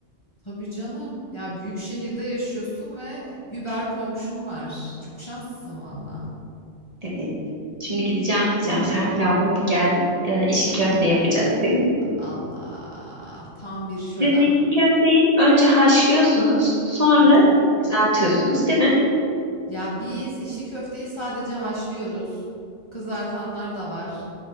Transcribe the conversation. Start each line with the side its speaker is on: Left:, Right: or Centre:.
Left: Tabii canım. Ya büyük şehirde yaşıyorsun ve über komşun var. Çok şanslısın valla.
Right: Evet. Şimdi gideceğim diyeceğim. Serpil abla hadi gel. e, içli köfte yapacağız seninle.
Left: Allah, tam bir şölen.
Right: Siz içli köfteyi önce haşlıyorsunuz, sonra
Left: Hı hı.
Right: kızartıyorsunuz, değil mi?
Left: Ya biz içli köfteyi sadece haşlıyoruz. Kızartanlar da var.